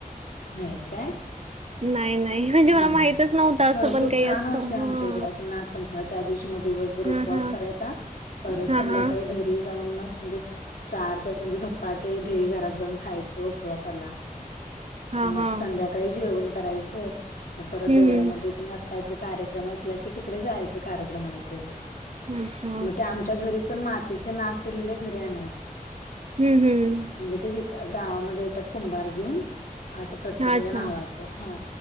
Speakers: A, on the left; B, on the right.
A: नाहीत काय?
B: नाही नाही म्हणजे मला
A: हा
B: माहितच नव्हतं असं
A: भरपूर
B: पण काही
A: छान
B: असतं.
A: असते..
B: हां.
A: आमच्या इकडे असं नागपंचमीला त्या दिवशी म दिवसभर
B: हां,
A: उपवास
B: हां.
A: करायचा परत
B: हां,
A: संध्याकाळी
B: हां.
A: घरी जाऊन मग म्हणजे चार चार म्हणजे धपाटे दही घरात जाऊन खायचं उपवासाला
B: हां, हां.
A: मग संध्याकाळी जेवण करायचं मग परत
B: हं,
A: देवळामध्ये
B: हं.
A: अस काहीतरी कार्यक्रम असला की तिकडे जायच कार्यक्रमाला ते
B: अच्छा.
A: मग ते आमच्या घरी पण मातीचे ना केलेले घरी आणायचे
B: हम्म हम्..
A: म्हणजे ते विक गावामध्ये येतात कुंभार घेऊन असं प्रत्येकाच्या
B: अच्छा.
A: नावाचे हा